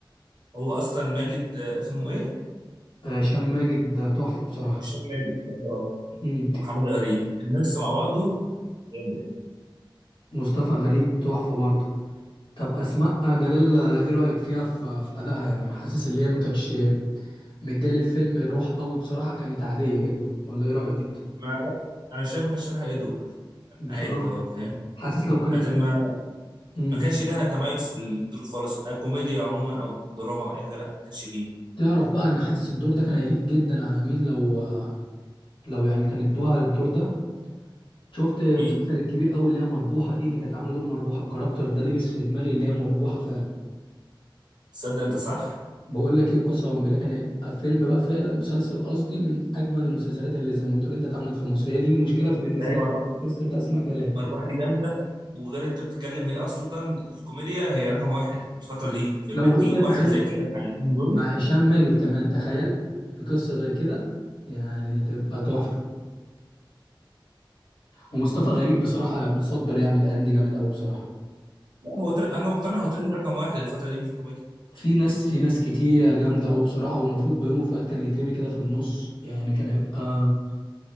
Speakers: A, on the right (about 55°); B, on the left (about 75°).
A: هو اصلا ماجد آه، اسمه ايه؟
B: آه هشام ماجد ده تحفة بصراحة
A: هشام ماجد آه.
B: مم.
A: محمد غريب الميكس مع بعضه جامد
B: مصطفى غريب تحفة برضه طب أسماء جلال آه، ايه رأيك فيها في في أدائها يعني حاسس اللي هي ما كانتش مديه للفيلم الروح قوي بصراحة كانت عادية جدا ولا ايه رأيك انت
A: ما لا، انا شايف ما كانش لها اي دور
B: بصراحة
A: عادي اللي هو فاهم
B: حاسس لو كان
A: ما ما
B: مم.
A: ما كانش لها تميز في الدور خالص آه، كوميديا عموما او دراما او اي حاجه لا ما كانش فيه
B: تعرف بقى ان حاسس الدور ده كان هيليق جدا على مين لو لو يعني كان ادوها الدور ده شفت مسلسل
A: مين
B: الكبير قوي اللي هي مربوحه دي اللي كانت عامله دور مربوحه الكاركتر ده لبس في دماغي اللي هي مربوحه فعلا
A: تصدق انت صح
B: بقول لك ايه وقسما بالله كان هيبقى فيلم بقى فعلا مسلسل قصدي من اجمل المسلسلات اللي زي ما بتقول انت اتعملت في مصر هي دي المشكله فبالنسبه
A: لا هي مربحه
B: لي المسلسل ده اسماء جلال
A: مربحه دي جامده وغير انت بتتكلم هي اصلا في الكوميديا هي رقم واحد الفتره دي فانك
B: لو غير
A: تجيب
B: كده تخيل
A: واحده زي كده مع الاثنين دول
B: مع هشام ماجد كمان تخيل في قصه زي كده يعني هتبقى تحفه ومصطفى غريب بصراحه متصدر يعني الايام دي جامد قوي بصراحه
A: لا هو تر... انا مقتنع هو ترند رقم واحد الفتره دي في الكوميديا
B: في ناس في ناس كتير جامده قوي بصراحه والمفروض بيومي فؤاد كان يترمي كده في النص يعني كان هيبقى